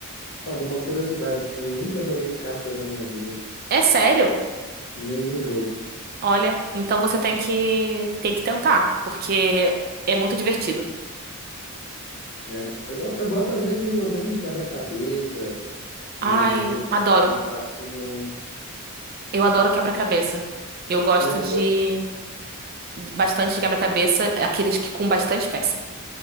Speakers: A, on the left; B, on the right.
A: olha, uma curiosidade, eu nunca joguei cartas na minha vida,
B: É sério?
A: nenhum jogo.
B: Olha, então você tem que, tem que tentar, porque é muito divertido.
A: É, eu gosto, eu gosto às vezes de resolver um quebra-cabeça, mas
B: Ai,
A: vou,
B: adoro.
A: encaixe não.
B: Eu adoro quebra-cabeça. Eu gosto
A: Né,
B: de
A: tô-
B: de- bastante de quebra-cabeça, aqueles que com bastante peça.